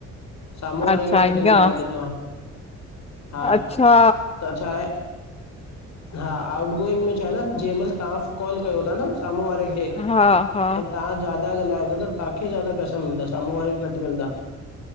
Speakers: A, on the left; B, on the left.
A: साम्हूं वारे
B: अच्छा
A: खे
B: ईअं
A: घटि ॻाल्हाइण ॾिनो आ, हा
B: अच्छा
A: त छा आहे हा आउट गोइंग में छा आहे न जं महिल तव्हां कॉल कयो था न साम्हूं वारे खे
B: हा हा
A: ऐं तहां ज्यादा ॻाल्हायो ता त तहांखे ज्यादा पैसा मिलंदा, साम्हूं वारे खे घटि मिलंदा।